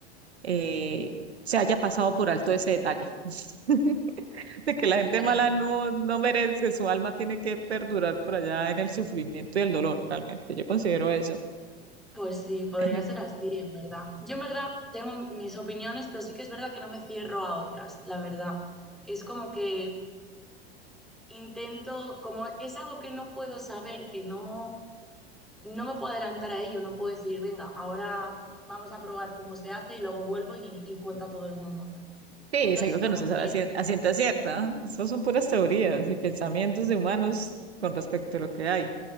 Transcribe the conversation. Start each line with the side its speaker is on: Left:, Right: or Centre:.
Right: eh, se haya pasado por alto ese detalle. <laughs> de que la gente
Centre: Ya,
Right: mala no, no merece, su alma tiene que perdurar por allá en el sufrimiento y el dolor, realmente. Yo considero eso.
Centre: pues sí, podría
Right: <laughs>
Centre: ser así, en verdad. Yo en verdad tengo m- mis opiniones, pero sí que es verdad que no me cierro a otras, la verdad. Es como que intento, como es algo que no puedo saber, que no, no me puedo adelantar a ello, no puedo decir, venga, ahora vamos a probar cómo se hace y luego vuelvo y, y cuento a todo el mundo.
Right: Sí,
Centre: Entonces,
Right: es algo que
Centre: como
Right: no se sabe
Centre: que
Right: a cien- a ciencia cierta. ¿eh? Esas son puras teorías y pensamientos de humanos con respecto a lo que hay.